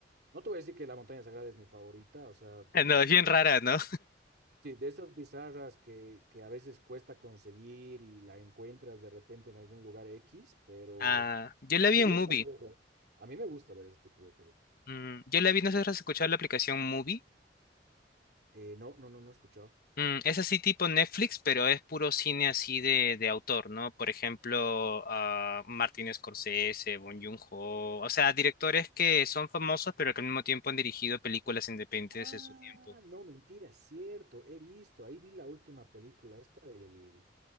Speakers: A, on the right; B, on the left.
A: no te voy a decir que La Montaña Sagrada es mi favorita, o sea,
B: <laughs>
A: de la,
B: No, es
A: de,
B: bien rara, ¿no?
A: sí, de esas bizarras que, que a veces cuesta conseguir y la encuentras de repente en algún lugar X, pero
B: Ah, yo la vi
A: me
B: en
A: gusta.
B: movie
A: ¿no? O sea, a mí me gusta ver ese tipo de películas.
B: Mm, yo la vi, no sé si has escuchado la aplicación movie
A: Eh, no, no, no, no he escuchado.
B: Mm, es así tipo Netflix, pero es puro cine así de, de autor, ¿no? Por ejemplo, ah, Martin Scorsese, Bong Joon-ho, o sea, directores que son famosos, pero que al mismo tiempo han dirigido películas independientes
A: Ah,
B: en su tiempo.
A: no, mentira, cierto, he visto, ahí vi la última película, esta del,